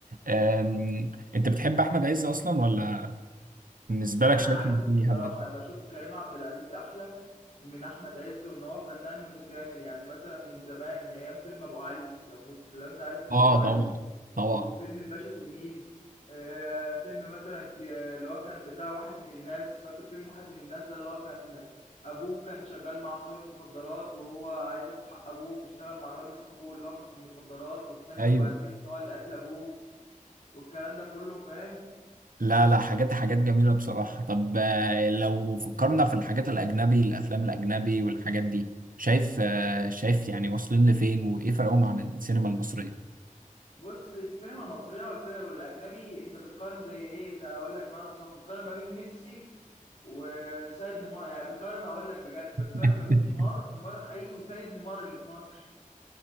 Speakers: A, on the right; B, on the left.
A: أم... انت بتحب احمد عز اصلا ولا بالنسبه
B: لا
A: لك
B: انا
A: شايف
B: عكسك
A: ان
B: الصراحه
A: في حد
B: بشوف كريم عبد العزيز احلى من احمد عز وان هو فنان متكامل يعني مثلا من زمان من ايام فيلم ابو علي لو كنت لو انت عارف فيلم
A: اه
B: ابو علي
A: طبعا طبعا
B: وفيلم الباشا تلميذ آه فيلم مثلا ك- اللي هو كان بتاع واحد من الناس فاكر فيلم واحد من الناس ده اللي هو كان ابوه كان شغال مع عصابه مخدرات وهو عايز ياخد حق ابوه فاشتغل مع الراجل صاحبه اللي هو كان في المخدرات واكتشف
A: ايوه
B: بعد كده ان هو اللي قتل ابوه والكلام ده كله فاهم
A: لا لا حاجات حاجات جميلة بصراحة طب آه، لو فكرنا في الحاجات الأجنبي الأفلام الأجنبي والحاجات دي شايف آه، شايف يعني واصلين لفين وإيه فرقهم عن السينما المصرية
B: بص السينما المصريه والفيلم والاجنبي انت بتقارن زي ايه ده اقول لك بمعنى صح بتقارن ما بين ميسي وسيد نيمار يعني بتقارن اقول لك بجد بتقارن
A: <laughs>
B: ما بين نيمار نيمار حقيقي وسيد نيمار اللي في مصر